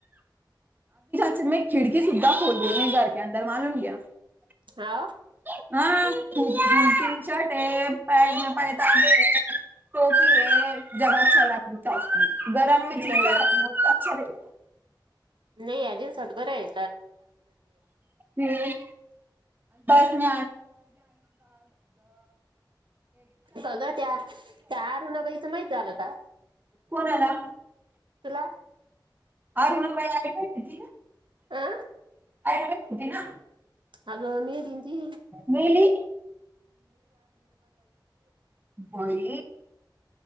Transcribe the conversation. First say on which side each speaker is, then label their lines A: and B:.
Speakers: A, on the right; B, on the right.
A: <unintelligible>
B: हा
A: <unintelligible> <unintelligible>
B: बाई नाही या दिवसात बरं आहे
A: है <unintelligible> <unintelligible>
B: सगळं त्या त्या अरुणाबाईचं माहित झालं का
A: कोणाला
B: तुला.
A: अरुणाबाई <unintelligible>
B: आह
A: आयुर्वेद होते ना.
B: अगं मेली न ती
A: मेली बाई